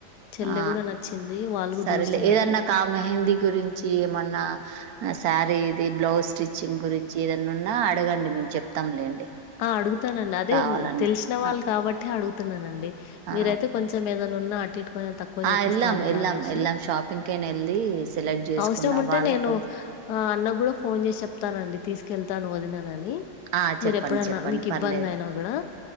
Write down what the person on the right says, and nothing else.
ఆ
సరేలే
ఏదన్నా కా మెహందీ గురించి ఏమన్నా శారీ ఇది బ్లౌజ్ స్టిచ్చింగ్ గురించి ఏదైన్నా ఉన్నా అడగండి మేము చెప్తాంలేండి
కావాలన్నా
ఆ
ఆ
ఆ ఎల్లాం
ఎల్లాం
ఎల్లాం షాపింగ్ కైనా వెళ్ళి సెలెక్ట్ చేసుకుందాం
వాళ్ళు
కొంచెం
ఆ
చెప్పండి
చెప్పండి
పర్లేదు